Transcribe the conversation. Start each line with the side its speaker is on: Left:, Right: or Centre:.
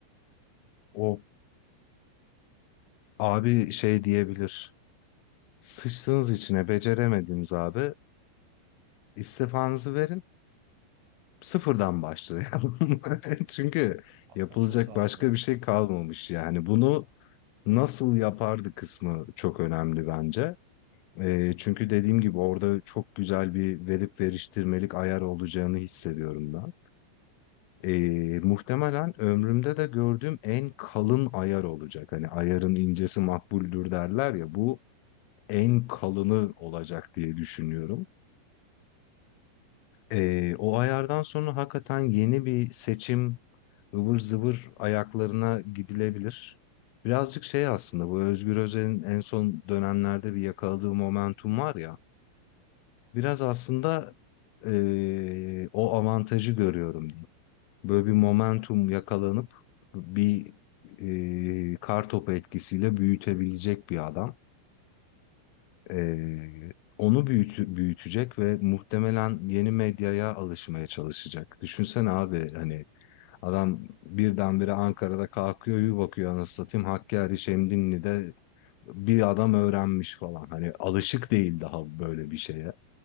Left: O abi şey diyebilir. Sıçtığınız içine beceremediniz abi. İstifanızı verin. Sıfırdan başlayalım. <laughs> Çünkü
Right: Abi
Left: yapılacak
Right: ben Çok sağlam
Left: başka
Right: kılardı.
Left: bir şey kalmamış yani. Bunu nasıl yapardı kısmı çok önemli bence. Ee, çünkü dediğim gibi orada çok güzel bir verip veriştirmelik ayar olacağını hissediyorum ben. Ee, muhtemelen ömrümde de gördüğüm en kalın ayar olacak. Hani ayarın incesi makbuldür derler ya bu en kalını olacak diye düşünüyorum. Ee, o ayardan sonra hakikaten yeni bir seçim ıvır zıvır ayaklarına gidilebilir. Birazcık şey aslında bu Özgür Özel'in en son dönemlerde bir yakaladığı momentum var ya. Biraz aslında eee, o avantajı görüyorum diyeyim. Böyle bir momentum yakalanıp bir eee kar topu etkisiyle büyütebilecek bir adam. Eee, onu büyütü- büyütecek ve muhtemelen yeni medyaya alışmaya çalışacak. Düşünsene abi hani Adam birdenbire Ankara'da kalkıyor bir bakıyor anasını satayım Hakkari Şemdinli'de bir adam öğrenmiş falan. Hani alışık değil daha böyle bir şeye.